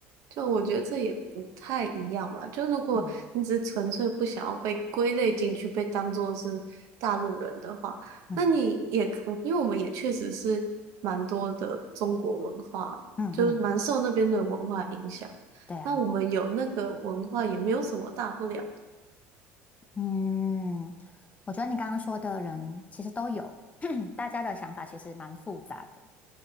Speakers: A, on the right; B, on the left.
A: 就我觉得这也不太一样吧。就如果你只是纯粹不想要被归类进去，
B: 嗯
A: 被当做是大陆人的话，
B: 嗯
A: 那你也可，因为我们也确实是蛮多的中国文化。
B: 嗯嗯，
A: 就是蛮受那边的文化影响。
B: 嗯对啊，
A: 那我们有那个文化也没有什么大不了的
B: 嗯，我觉得你刚刚说的人其实都有，<clears throat> 大家的想法其实蛮复杂的。